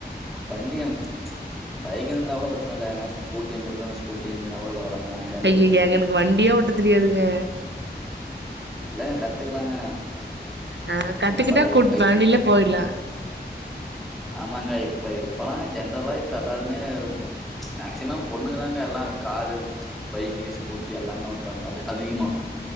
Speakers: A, in the centre; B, on the right.
A: வண்டி பைக் இருந்தா கூட பிரச்சன இல்ல ஏங்க ஸ்கூட்டி உங்ளுக்குனு ஸ்கூட்டி இருந்தினா கூட பரவால்ல ஆ ஜாலியா
B: ஐய்யயே
A: போயிட்டு வருவீங்க
B: ஏங்க எனக்கு வண்டியே ஓட்ட தெரியாதுங்க
A: இல்லங்க கத்துக்கலாங்க
B: அ கத்துக்கிட்டா
A: இப்ப இப்ப
B: கூட் வண்டிலே போட்டலா
A: ஆமாங்க இப்ப இப்பலா ஜென்ரலா இப்ப எல்லாருமே மேக்சிமம் பொண்ணுங்கதாங்க எல்லா காரு பைக்கு ஸ்கூட்டி எல்லாமே ஓட்டுறாங்க அது அதிகமா